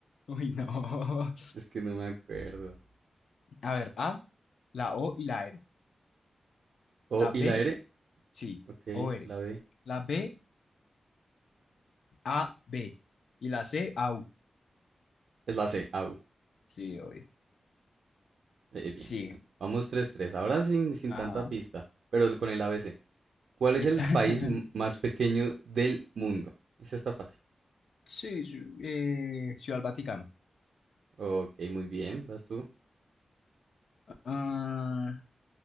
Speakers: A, on the left; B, on the right.
A: Uy, no.
B: Es que no me acuerdo.
A: <laughs> A ver, A, la O y la R.
B: Oh,
A: La
B: ¿y
A: B,
B: la R?
A: sí,
B: Ok,
A: o r
B: la B.
A: La B, A, B. Y la C, AU.
B: Es la C. Au.
A: Sí, obvio.
B: Eh, eh, bien,
A: Sí,
B: bien, bien. Vamos tres tres Ahora sin, sin
A: ajá.
B: tanta pista, pero con el A B C ¿Cuál es
A: Listo.
B: el
A: <laughs>
B: país m- más pequeño del mundo? Esa está fácil.
A: Sí, sí, eh, Ciudad del Vaticano.
B: Ok, muy bien, vas tú.
A: Ah,